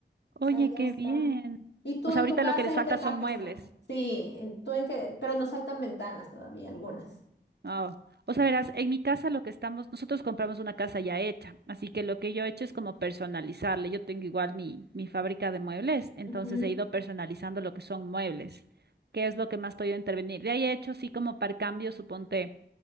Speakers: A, on the right; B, on the left.
A: Oye,
B: O sea, ya
A: qué
B: está.
A: bien.
B: ¿Y tú
A: O sea,
B: en
A: ahorita
B: tu casa
A: lo que les
B: en
A: falta
B: qué etapa
A: son muebles.
B: está? Sí, en- tú en qué, pero nos faltan ventanas todavía, algunas.
A: Ah, O sea, verás, en mi casa lo que estamos, nosotros compramos una casa ya hecha, así que lo que yo he hecho es como personalizarle. Yo tengo igual mi, mi fábrica de muebles, entonces
B: Ujú,
A: he ido personalizando lo que son muebles, que es lo que más he podido intervenir. De ahí he hecho, así como para cambio, suponte,